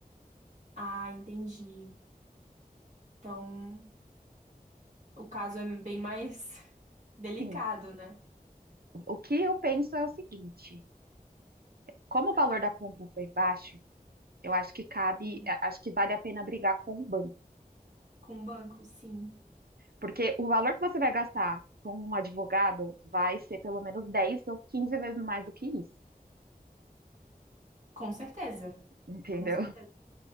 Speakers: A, on the right; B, on the right.
A: Ah, entendi. Então, o caso é bem mais <laughs> delicado,
B: Sim,
A: né?
B: o que eu penso é o seguinte: como o valor da compra foi baixo, eu acho que cabe,
A: Sim.
B: acho que vale a pena brigar com o banco
A: Com o banco, sim,
B: Porque o valor que você vai gastar com um advogado vai ser pelo menos 10 ou 15 vezes mais do que isso.
A: Com certeza.
B: Entendeu?
A: com certeza.
B: <laughs>